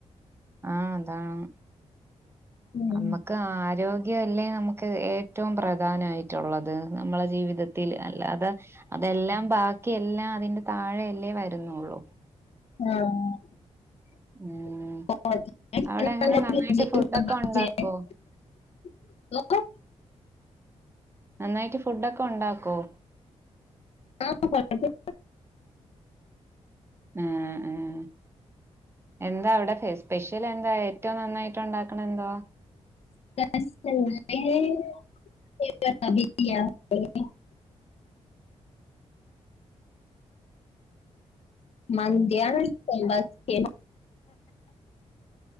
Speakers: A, on the right; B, on the left.
A: ആഹ് അതാണ്
B: ഉം.
A: നമ്മ ക്ക് ആരോഗ്യ അല്ലേ നമുക്ക് ഏറ്റവും പ്രധാനായിട്ടുള്ളത് നമ്മള ജീവിതത്തിൽ അല്ലാതെ അതെല്ലാം ബാക്കിഎല്ലാം അതിന്റെ താഴെയല്ലേ വരുന്നുള്ളൂ
B: ആഹ് <inaudible>
A: ഉം അവിടെ എങ്ങനെ നന്നായിട്ട്
B: <unintelligible>
A: ഫുഡൊക്കെ ഉണ്ടാക്കോ? നന്നായിട്ട് ഫുഡ ഒക്കെ ഉണ്ടാക്കോ
B: ആ കൊയപ്പല്യാ
A: ഏഹ് ഏഹ് എന്താ അവിടെ സ്പെഷ്യലെന്താ ഏറ്റവും നന്നായിട്ട് ഉണ്ടാക്കണന്തോ
B: <unintelligible> മന്തിയാണ് ണ്ടാക്കിയേ